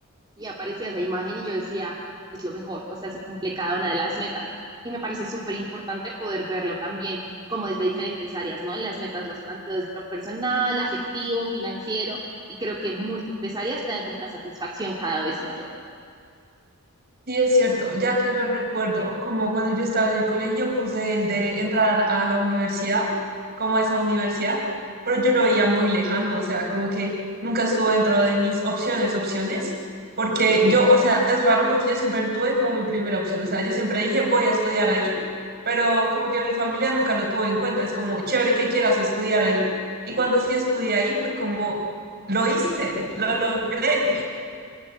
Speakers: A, on the right; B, on the right.
A: y aparecía esa imagen y yo decía, es lo mejor, o sea, se cumple cada una de las metas. Y me parece súper importante poder verlo también como desde diferentes áreas, ¿no? Las metas las planteo desde lo personal, afectivo, financiero, y creo que múltiples áreas te dan como una satisfacción cada vez mayor.
B: Sí, es cierto, ya que lo recuerdo, como cuando yo estaba en el colegio puse el de entrar a la universidad, como a esa universidad, pero yo lo veía muy lejano, o sea, como que nunca estuvo dentro de mis opciones, opciones, porque yo, o sea, es raro porque yo siempre tuve como mi primera opción, o sea, yo siempre dije voy a estudiar ahí, pero como que mi familia nunca lo tuvo en cuenta, es como chévere que quieras estudiar ahí, y cuando sí estudié ahí fue como lo hice, lo logré.